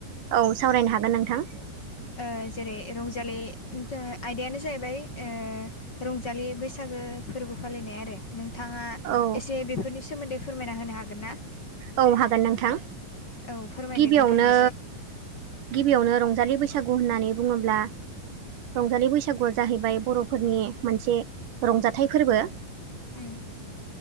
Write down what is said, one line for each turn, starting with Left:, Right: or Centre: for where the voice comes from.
Right: औ सावरायनो हागोन नोंथां।
Left: ओ जेरै रंजालि आयदायानो जाहैबाय ओ रंजालि बैसागो फोरबो फालिनाय आरो। नोंथाङा
Right: औ
Left: एसे बेफोरनि सोमोन्दै फोरमायना होनो हागोन ना?
Right: औ हागोन नोंथां
Left: औ फोरमायदो
Right: गिबियावनो
Left: नोंथां एसे
Right: गिबियावनो रंजालि बैसागु होननानै बुङोब्ला रंजालि बैसागुआ जाहैबाय बर'फोरनि मोनसे रंजाथाइ फोरबो।
Left: उम।